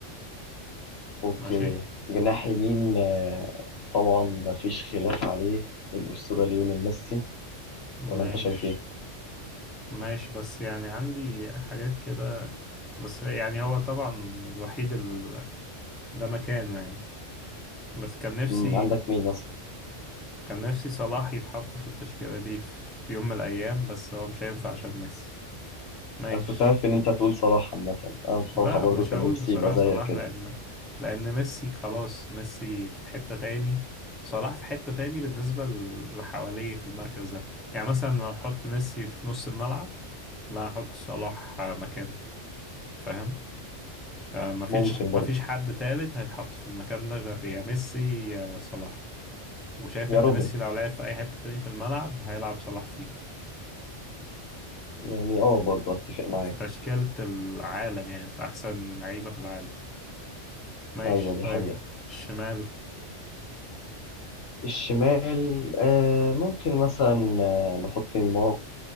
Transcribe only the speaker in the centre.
ماشي
ماشي
ماشي بس يعني عندي حاجات كده بس يعني هو طبعا الوحيد ال... ده مكانه يعني بس كان نفسي
كان نفسي صلاح يتحط في التشكيلة دي في في يوم من الأيام بس هو مش هينفع عشان ميسي ماشي
لا
مش
هقول
بصراحة
صلاح
لأن لأن ميسي خلاص ميسي في حتة تاني صلاح في حتة تاني بالنسبة اللي حواليه في المركز ده يعني مثلا لو أحط ميسي في نص الملعب لا أحط صلاح آه، مكانه فاهم آه، مفيش
مفيش حد تالت هيتحط في المكان ده غير يا ميسي يا صلاح وشايف
إن
ميسي لو لعب في أي حتة تاني في الملعب هيلعب صلاح فيها
في
في تشكيلة العالم يعني في أحسن لعيبة في العالم ماشي
طيب
الشمال